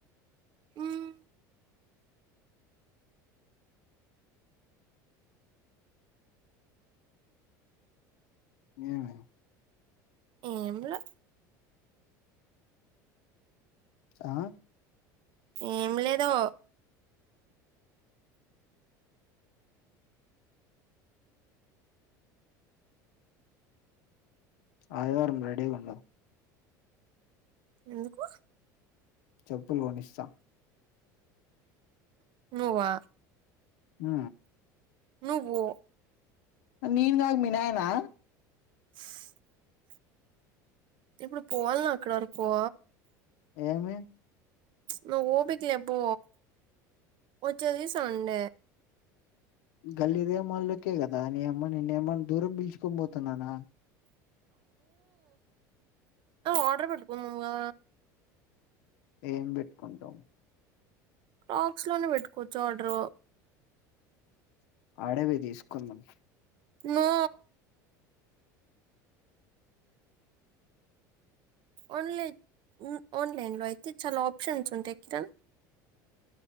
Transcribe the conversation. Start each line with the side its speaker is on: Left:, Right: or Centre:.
Right: హ్మ్
Left: ఏమి.
Right: ఏంలా
Left: ఆ
Right: ఏం లేదో
Left: ఆయవారం రెడీ గుండండి
Right: ఎందుకు
Left: చెప్పులు కొనిస్తా
Right: నువ్వా
Left: హ
Right: నువ్వు
Left: నీన్గాగ మినయనా
Right: <inaudible> ఇప్పుడు పోవాలి నా అక్కడ వరకో
Left: ఏమే
Right: ను ఓపికలే పో వచ్చ దసా ఉంట
Left: గల్లీరేమాళకే కదా నే అమ్మ నిన్న ఏమని దూరం పిలుచుకొని పోతున్నానా
Right: ఆడర్ పెట్టుకోముంగా
Left: ఏం పెట్టుకుంటాం
Right: క్రాక్స్ లోనే పెట్టుకోవచ్చు ఆర్డరు
Left: ఆడేవి తీసుకుందాం
Right: నో ఆన్లైన్ ఆన్లైన్ లో అయితే చాలా ఆప్షన్స్ ఉంటాయి కిరణ్